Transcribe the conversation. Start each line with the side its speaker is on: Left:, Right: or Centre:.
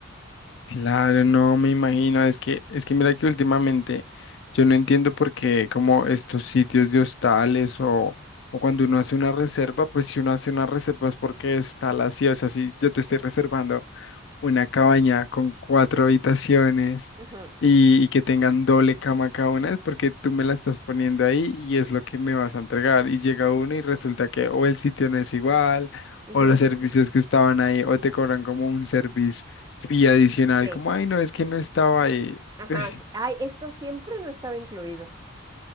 Left: Claro, no me imagino. Es que, es que mira que últimamente yo no entiendo por qué como estos sitios de hostales o, o cuando uno hace una reserva, pues si uno hace una reserva es porque está la sí, o sea, si yo te estoy reservando. una cabaña con cuatro habitaciones
Right: Ujú,
Left: y, y que tengan doble cama cada una, es porque tú me la estás poniendo ahí y es lo que me vas a entregar. Y llega uno y resulta que o el sitio no es igual,
Right: ujú,
Left: o los servicios que estaban ahí, o te cobran como un service fee adicional,
Right: sí,
Left: como, ay, no, es que no estaba ahí.
Right: ajá.
Left: <sighs>
Right: sí. Ay, esto siempre no estaba incluido,